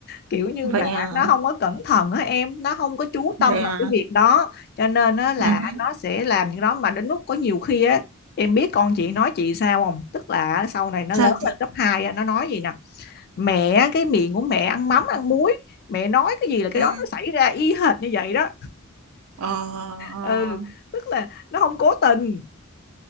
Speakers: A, on the left; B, on the right.
A: kiểu như
B: vậy
A: mà
B: à,
A: nó không có cẩn thận á em nó không có chú
B: vậy
A: tâm vào
B: à,
A: cái việc đó cho nên á là
B: ừ, hứ.
A: nó sẽ làm những đó mà đến lúc có nhiều khi á em biết con chị nói chị sao không tức là sau này nó lớn
B: Sao chị,
A: lên cấp 2 á, nó nói gì nè mẹ cái miệng của mẹ ăn mắm ăn muối mẹ nói cái gì là cái
B: ừ,
A: đó nó xảy ra y hệt như vậy đó
B: ờ, ờ.
A: ừ tức là nó không cố tình